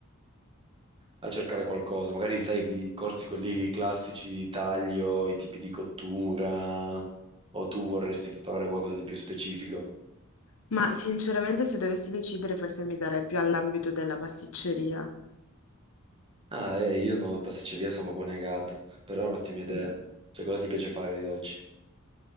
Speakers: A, on the right; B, on the left.
A: a cercare qualcosa. Magari, sai, i corsi quelli classici di taglio, i tipi di cottura, o tu vorresti fare qualcosa di più specifico?
B: Ma sinceramente, se dovessi decidere, forse mi darei più all'ambito della pasticceria.
A: Ah, eh, io no, pasticceria sono proprio negato, però è un'ottima idea.
B: Mm.
A: Cioè, cosa ti piace fare di dolci?